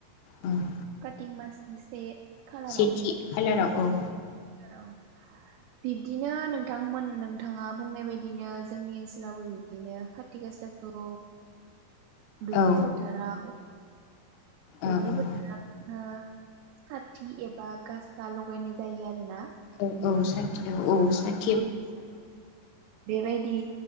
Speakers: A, on the left (about 85°); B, on the right (about 80°).
A: ओं
B: काति मासनि से खालाराव
A: सेथि खालाराव औ
B: औ बिब्दिनो नों नोंथांमोन नोंथाङा बुंनाय बायदिनो जोंनि ओनसोलावबो बिब्दिनो काति गासाखौ दुब्लि
A: औ
B: फोथाराव दुब्लि
A: औ औ
B: फोथाराव साथि एबा गासा लगायनाय जायो आरो <unintelligible>
A: औ औ साखि औ औ साखि
B: बेबायदि